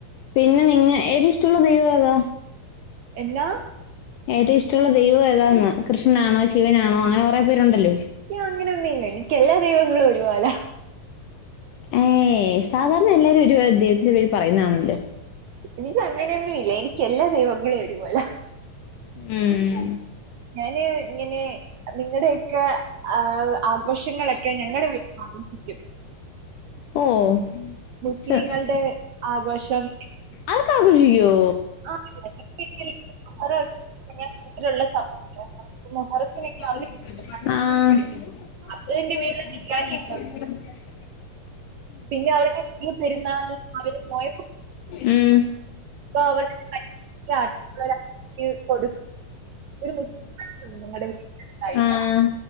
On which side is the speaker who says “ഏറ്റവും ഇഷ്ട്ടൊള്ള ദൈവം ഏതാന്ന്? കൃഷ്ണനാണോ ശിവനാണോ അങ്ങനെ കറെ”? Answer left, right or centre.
Left